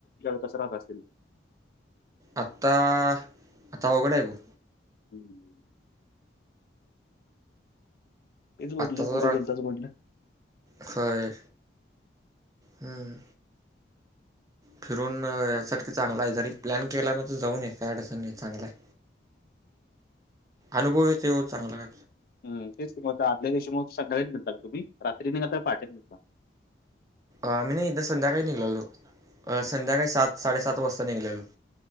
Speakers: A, on the left; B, on the right.
A: कसं राहत असतील
B: आता आता अवघड आहे बुआ.
A: हमम. तेच म्हटलं
B: आत्ता जरा
A: कुठे गेलतास म्हटलं.
B: खय हम्म. फिरून यासाठी चांगला आहे जरी प्लॅन केला ना तर जाऊन ये काय अडचणी चांगला आहे. अनुभव येतो हो चांगला.
A: हम तेच आदल्या दिवशी म सकाळी निघता तुम्ही रात्री निघाता पहाटे निघता.
B: आम्ही नाही इथ संध्याकाळी निघलेलो संध्याकाळी सात साडेसात वाजता निघलेलो